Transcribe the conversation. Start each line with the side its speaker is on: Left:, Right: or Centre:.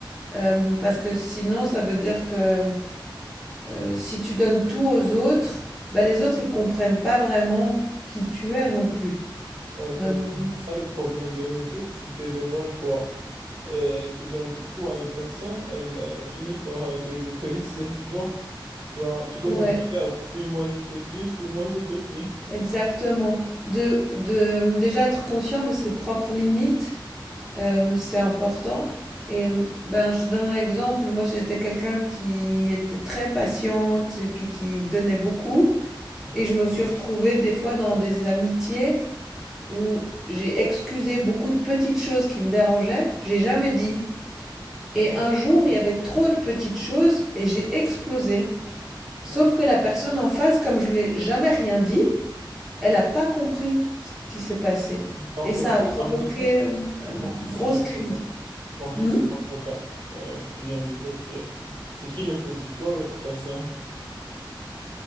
Centre: Euh, parce que sinon, ça veut dire que euh, si tu donnes tout aux autres, bah, les autres, ils comprennent pas vraiment qui tu es non plus.
Right: Oui, effectivement,
Centre: Euh,
Right: c'est ça le problème de nos jours. Si tu es de bonne foi et tu donnes tout à une personne, elle euh, finit par euh, te, te laisser, <laughs> tu vois. Genre, tu connais
Centre: ouais,
Right: le proverbe, puis moi je te suis, suis-moi je te fuis.
Centre: Exactement. De, de déjà être conscient de ses propres limites, euh, c'est important. Et euh, ben, je te donne un exemple. Moi, j'étais quelqu'un qui était très patiente et puis qui donnait beaucoup.
Right: Ouais,
Centre: Et je me suis retrouvée des fois dans des amitiés où j'ai excusé beaucoup de petites choses qui me dérangeaient. J'ai jamais dit. Et
Right: ouais,
Centre: un jour, il y avait trop de petites choses et j'ai explosé.
Right: d'accord.
Centre: Sauf que la personne en face, comme je lui ai jamais rien dit, elle a pas compris ce qui s'est passé
Right: Donc
Centre: et
Right: c'est
Centre: ça
Right: ça.
Centre: a provoqué, hem, une
Right: Donc ici,
Centre: grosse
Right: dans
Centre: crise.
Right: ce cas, donc ici,
Centre: Mmh?
Right: dans ce cas euh, que tu viens de décrire, c'est qui le fautif, toi ou l'autre personne?